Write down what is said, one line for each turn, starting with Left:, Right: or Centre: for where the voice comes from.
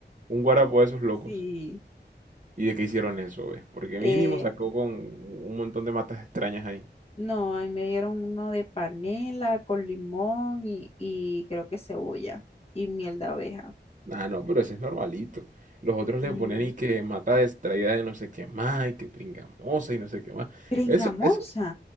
Right: un guarapo de esos locos.
Left: Sí.
Right: ¿Y de qué hicieron eso, ve? Porque
Left: Eh,
Right: mínimo sacó con un montón de matas extrañas ahí.
Left: no, a mí me dieron uno de panela con limón y, y creo que cebolla y miel de abeja.
Right: Ah, no, pero ese es normalito. Los otros
Left: Y
Right: le ponían y que mata distraída de no sé qué más, y que pringamosa y no sé qué más.
Left: pringamosa.
Right: Eso, eso,